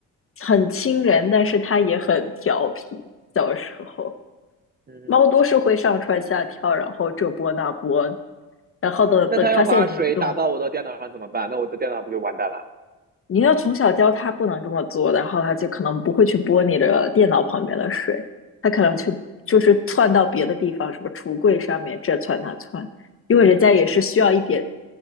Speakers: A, on the left (about 35°); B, on the right (about 25°).
A: 很亲人，但是它也很调皮。小时候，
B: 嗯，
A: 猫都是会上蹿下跳，然后这波那波，然后等等发现你这种
B: 那它要把水打到我的电脑上怎么办？那我的电脑不就完蛋了？
A: 你要从小教他不能这么做，然后他就可能不会去拨你的电脑旁边的水，他可能去就是窜到别的地方，什么橱柜上面这窜那窜，因为人家也是需要一点